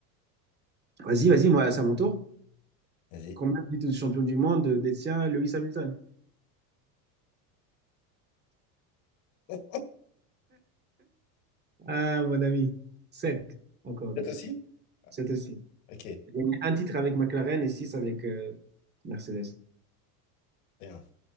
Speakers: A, on the right (about 20°); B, on the left (about 75°).
A: Vas-y, vas-y, moi, c'est à mon tour.
B: vas-y.
A: Combien de titres de champion du monde détient Lewis Hamilton?
B: <laughs>
A: Ah, mon ami. sept Encore
B: Peut-être
A: lui aussi.
B: aussi? Ah,
A: 7 aussi.
B: Ok,
A: J'ai gagné un titre avec McLaren et six avec euh, Mercedes.
B: bien.